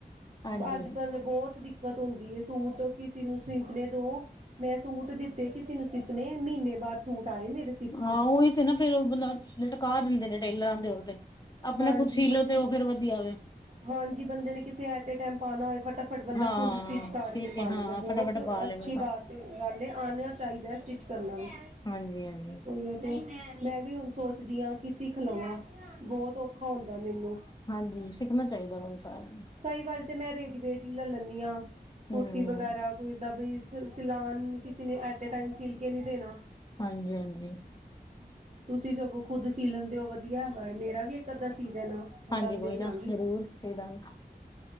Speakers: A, on the left (about 25°); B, on the right (about 45°).
A: ਹਾਂਜੀ-ਹਾਂਜੀ
B: ਅੱਜ-ਕੱਲ ਬੋਤ ਦਿੱਕਤ ਹੁੰਦੀ ਏ ਸੂਟ ਕਿਸੀ ਨੂੰ ਸੀਪਨੇ ਦੋ ਮੈਂ ਸੂਟ ਦਿੱਤੇ ਕਿਸੇ ਨੂੰ ਸਿਪਨੇ, ਮਹੀਨੇ ਬਾਅਦ ਸੂਟ ਆਏ ਮੇਰੇ ਸਿਪ
A: ਹਾਂ
B: ਕੇ
A: ਉਹੀ ਤੇ ਨਾ ਫੇਰ ਉਹ ਬੰਦਾ ਲਟਕਾ ਦਿੰਦੇ ਨੇ ਟੇਲਰਾਂ ਦੇ ਉਹਦੇ ਆਪਣਾ
B: ਹਾਂਜੀ
A: ਖੁਦ ਸੀ ਲੋੋ
B: ਬੰ
A: ਤੇ, ਉਹ ਫੇਰ ਵਧੀਆ ਵੇ
B: ਹਾਂਜੀ ਬੰਦੇ ਨੇ ਕਿਥੇ ਐਟੇ ਏ ਟੈਮ ਪਾਣਾ ਹੋਏ, ਫਟਾ ਫਟ ਬੰਦਾ
A: ਹਾਂ
B: ਖੁਦ ਸਟਿਚ ਕਰਕੇ
A: ਸੀ ਕੇ
B: ਪਾ
A: ਹਾਂ
B: ਲੈਂਦਾ ਬੋਤ
A: ਫਟਾਫਟ ਪਾ ਲਏ
B: ਅੱਛੀ
A: ਬੰਦਾ।
B: ਬਾਤ ਤੇ ਗੱਲ ਐ, ਆਣਾ ਚਾਹੀਦਾ ਸਟਿਚ ਕਰਨਾ ਵੀ,
A: ਹਾਂਜੀ-ਹਾਂਜੀ,
B: ਓਹੀ ਓ ਤੇ ਮੈਂ ਵੀ ਹੁਨ ਸੋਚਦੀ ਆਂ ਕੀ ਸਿੱਖ ਲਵਾਂ, ਬੋਤ ਔਖਾ ਹੁੰਦਾ ਮੇਨੂੰ।
A: ਹਾਂਜੀ ਸਿੱਖਨਾ ਚਾਈਦਾ ਵਾ ਸਾਰੇਆਂ ਨੂੰ।
B: ਕਈ ਵਾਰੀ ਤੇ ਮੈਂ ਰੇਡੀਮੇਡ ਈ ਲੱ ਲੰਨੀ ਆਂ, ਕੁੜਤੀ
A: ਹੂੰ
B: ਵ ਵਗੈਰਾ ਕੋਈ ਏਦਾਂ ਬਈ ਸਿ ਸਿਲਾਨ ਕਿਸੀ ਨੇ ਐਟ ਏ ਟਾਈਮ ਸਿਲ ਕੇ ਨੀ ਦੇਨਾ।
A: ਹਾਂਜੀ-ਹਾਂਜੀ।
B: ਤੁਸੀਂ ਸਗੋਂ ਖੁੱਦ ਸੀ ਲੈਂਦੇ ਓ ਵਦੀਆ ਹੈਗਾ ਐ, ਮੇਰਾ ਵੀ ਇੱਕ ਅੱਦਾ ਸੀ ਦੇਨਾ। ਮੈਂ
A: ਹਾਂਜੀ
B: ਤਾਨੂੰ
A: ਕੋਈ
B: ਦੇ
A: ਨਾ
B: ਜਾਂਗੀ
A: <inaudible>